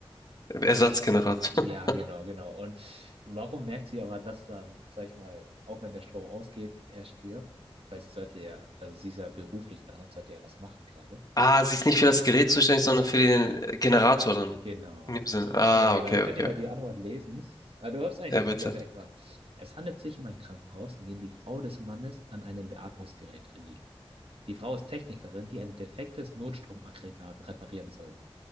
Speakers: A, on the left; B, on the right.
A: Ersatzgenerator.
B: Ja,
A: <laughs>
B: genau, genau. Und warum merkt sie aber das dann, sag ich mal, auch wenn der Strom ausgeht, er stirbt? Weil sie sollte ja, also sie ist ja beruflich da und sollte ja was machen gerade.
A: Ah, sie ist nicht für das Gerät zuständig, sondern für den äh, Generator dann.
B: Genau.
A: In dem Sinne. Ah,
B: Ja, genau.
A: okay,
B: Ich kann
A: okay,
B: dir mal
A: okay.
B: die Antwort lesen. Ah, du hast eigentlich
A: Ja, bitte.
B: da direkt dran. Es handelt sich um ein Krankenhaus, in dem die Frau des Mannes an einem Beatmungsgerät liegt. Die Frau ist Technikerin, die ein defektes Notstromaggregat reparieren soll.